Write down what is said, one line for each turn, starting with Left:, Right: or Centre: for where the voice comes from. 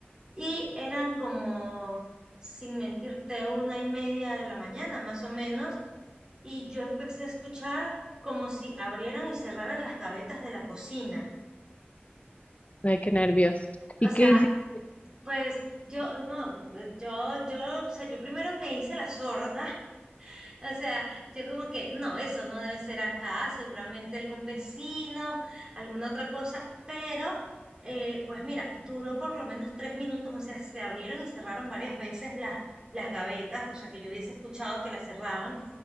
Right: Y eran como, sin mentirte, una y media de la mañana, más o menos, y yo empecé a escuchar como si abrieran y cerraran las gavetas de la cocina.
Left: Ay, qué nervios.
Right: O
Left: ¿Y
Right: sea,
Left: qué hiciste?
Right: pues yo, no, yo, yo, o sea, yo primero me hice la sorda O sea, yo como que, no, eso no debe ser acá, seguramente algún vecino, alguna otra cosa, pero eh, pues mira, duró por lo menos tres minutos, o sea, se abrieron y cerraron varias veces las, las gavetas, o sea, que yo hubiese escuchado que las cerraban,